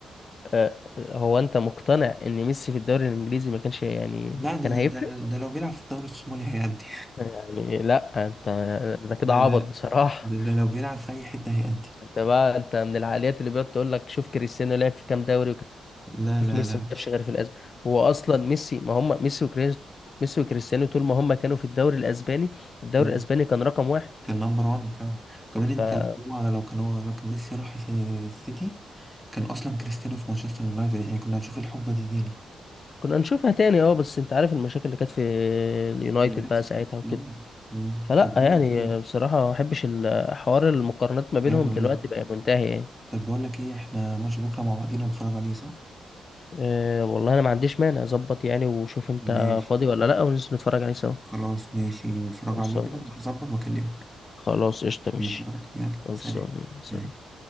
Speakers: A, on the left; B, in the centre.
A: آه هو أنت مقتنع إن ميسي في الدوري الإنجليزي ما كانش يعني
B: لا ده
A: كان هيفرق؟
B: ده ده, ده لو بيلعب في الدوري الصومالي هيأدي
A: يعني لا أنت
B: <laughs>
A: ده كده
B: ده
A: عبط
B: ده
A: بصراحة
B: ده, ده لو بيلعب في أي حتة هيأدي
A: <laughs> أنت بقى أنت من العقليات اللي بيقعد تقول لك شوف كريستيانو لعب في كام دوري
B: لا
A: في
B: لا
A: ميسي ما لعبش غير في الأز هو أصلا ميسي ما هم ميسي وكريستيانو ميسي وكريستيانو طول ما هم كانوا في الدوري الأسباني الدوري
B: لا
A: الأسباني
B: <laughs>
A: كان رقم واحد
B: كان نمبر وان فعلا وكمان
A: فكنا
B: انت هو لو كان هو لو كان ميسي راح س- السيتي كان اصلا كريستيانو في مانشستر يونايتد يعني كنا هنشوف الحقبه دي تاني
A: نشوفها تاني اه بس انت عارف المشاكل اللي كانت في اليونايتد
B: يونايتد
A: بقى ساعتها وكده
B: مم. مم.
A: فلا
B: طب بقول
A: يعني
B: لك ايه
A: بصراحة ما بحبش ال- حوار المقارنات ما بينهم
B: ايوه
A: دلوقتي
B: ايوه
A: بقى منتهي يعني
B: طب بقول لك ايه احنا ماتش بكره مع بعضينا نتفرج عليه صح
A: أه والله انا ما عنديش مانع اظبط يعني وشوف انت
B: ماشي
A: فاضي ولا لا وننزل نتفرج عليه سوا
B: خلاص ماشي نتفرج
A: خلصان
B: عليه كده هظبط واكلمك
A: خلاص قشطة ماشي
B: ماشي يا معلم يلا
A: خلصان
B: سلام سلام
A: سلام